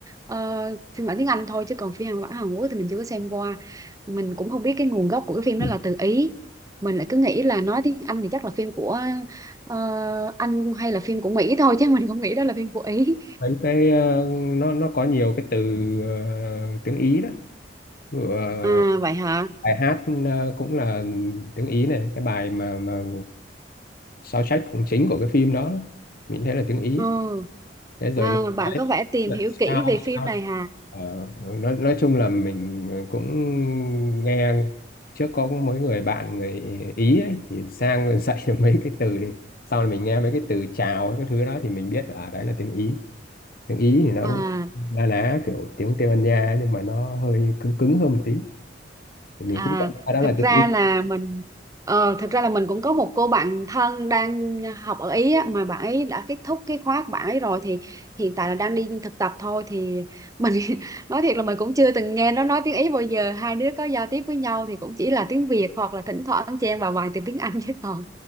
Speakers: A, on the right (about 20°); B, on the left (about 50°).
A: ờ, phiên bản tiếng Anh thôi chứ còn phiên bản Hàn Quốc thì mình chưa có xem qua. Mình cũng không biết cái nguồn gốc của cái phim
B: Ừ.
A: đó là từ Ý. Mình lại cứ nghĩ là nói tiếng Anh thì chắc là phim của ờ, Anh hay là phim của Mỹ thôi chứ mình không nghĩ đó là phim của Ý.
B: mấy cái ờ, nó nó có nhiều cái từ ờ, tiếng Ý đó Ví dụ, ờ,
A: À vậy hả?
B: bài hát ờ, cũng là tiếng Ý này cái bài mà mà soundtrack cũng chính của cái phim đó mình thấy là tiếng Ý
A: Ừ.
B: thế rồi
A: À,
B: nó nói
A: bạn có vẻ tìm
B: là
A: hiểu
B: sao
A: kỹ về phim
B: sao
A: này hả?
B: Ờ, nói nói chung là mình ờ, cũng nghe trước có mấy người bạn người Ý ấy, thì sang rồi dạy được mấy cái từ thì sau là mình nghe mấy cái từ chào cái thứ đó thì mình biết ở đấy là tiếng Ý tiếng Ý thì nó
A: À
B: cũng na ná kiểu tiếng Tây Ban Nha nhưng mà nó hơi cứng cứng hơn một tí mình
A: À,
B: cũng cảm thấy đó
A: thật
B: là tiếng
A: ra
B: Ý
A: là mình ờ, thật ra là mình cũng có một cô bạn thân đang học ở Ý á, mà bạn ấy đã kết thúc cái khóa của bạn ấy rồi thì hiện tại là đang đi thực tập thôi thì mình <laughs> nói thiệt là mình cũng chưa từng nghe nó nói tiếng Ý bao giờ hai đứa có giao tiếp với nhau thì cũng chỉ là tiếng Việt hoặc là thỉnh thoảng chen vào vài từ tiếng Anh <laughs> chứ còn